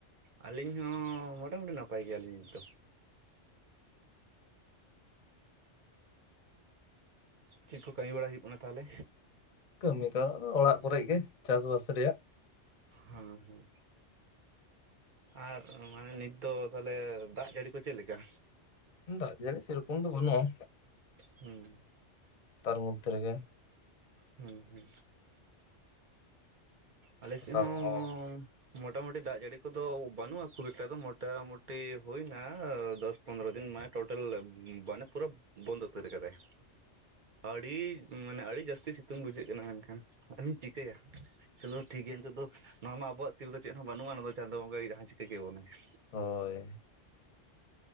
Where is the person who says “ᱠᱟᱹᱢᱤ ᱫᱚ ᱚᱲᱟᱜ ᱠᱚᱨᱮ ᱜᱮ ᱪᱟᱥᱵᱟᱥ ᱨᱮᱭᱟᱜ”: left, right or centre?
Left